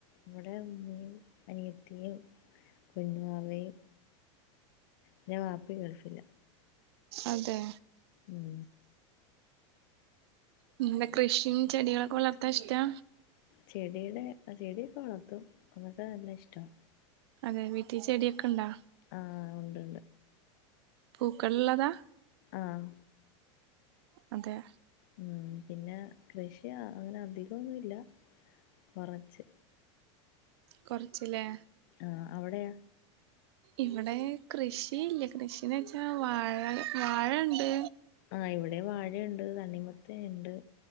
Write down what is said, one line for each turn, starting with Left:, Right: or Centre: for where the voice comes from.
Left: ഇവിടെ ഉമ്മയും അനിയത്തിയും. കുഞ്ഞുവാവയും പിന്നെ വാപ്പ ഗൾഫിലാ.
Right: അതെ
Left: ഉം
Right: പിന്നെ കൃഷിയും ചെടികളൊക്കെ വളർത്താൻ ഇഷ്ടാ?
Left: ചെടികള് ചെടിയൊക്കെ വളർത്തും അങ്ങനത്തെ നല്ല ഇഷ്ടവാ.
Right: അതെ വീട്ടിൽ ചെടിയൊക്കെണ്ടോ?
Left: ആഹ് ഉണ്ട്
Right: പൂക്കളുള്ളതാ?
Left: ആഹ്
Right: അതെ.
Left: ഉം പിന്നെ കൃഷി അങ്ങനെ അധികൊന്നുല്ല കൊറച്ച്.
Right: കൊറച്ച് ലേ
Left: ആഹ് അവിടെയോ?
Right: ഇവിടെ കൃഷിയില്ല കൃഷിന്നു വെച്ചാ വാഴ വാഴണ്ട്.
Left: ആഹ് ഇവിടേം വാഴണ്ട് തണിമത്തനുണ്ട്.